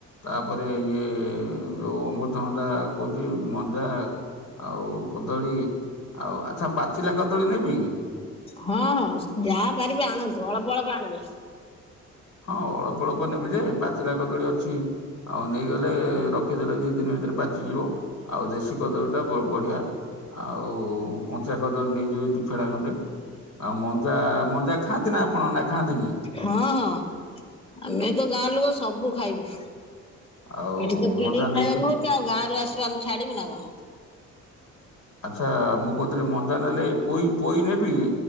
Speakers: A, on the left (about 75°); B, on the left (about 20°).
A: ତାପରେ ଇଏ ଯୋଉ ଅମୃତହଣ୍ଡା କହୁଚି ମଞ୍ଜା ଆଉ କଦଳୀ ଆଉ ଆଚ୍ଛା ପାଚିଲା କଦଳୀ ନେବି?
B: ହଁ ହଁ ଯାହା ପାରିବେ ଆଣନ୍ତୁ ଅଳ୍ପ ଅଳ୍ପ ଆଣିବେ।
A: ହଁ ଅଳ୍ପ ଅଳ୍ପ ନେବିଯେ ପାଚିଲା କଦଳୀ ଅଛି। ଆଉ ନେଇଗଲେ ରଖିଦେଲେ ଦି ଦିନି ଭିତରେ ପାଚିଯିବ। ଆଉ ଦେଶୀ କଦଳୀ ଟା ବ-ବଢିଆ। ଆଉ କଞ୍ଚା କଦଳୀ ନେଇଯିବି ଦି ଫେଣା ଖଣ୍ଡେ। ଆଉ ମଞ୍ଜା ମଞ୍ଜା ଖାଆନ୍ତିନା ଆପଣ ନା ଖାଆନ୍ତିନି?
B: ହଁ ହଁ ଆମେତ ଗାଁ ଲୋକ ସବୁ ଖାଇବୁ।
A: ଆଉ
B: ଏଠିତ କିଣିକି
A: ମଞ୍ଜା ନେଇଯିବି
B: ଖାଇବାକୁ ହଉଚି ଆଉ ଗାଁରୁ ଆଶିବ ଆମେ ଛାଡ଼ିବୁନା କଣ?
A: ଆଚ୍ଛା ମୁଁ କହୁଥିଲି ମଞ୍ଜା ନେଲେ ପୋଇ ପୋଇ ନେବି?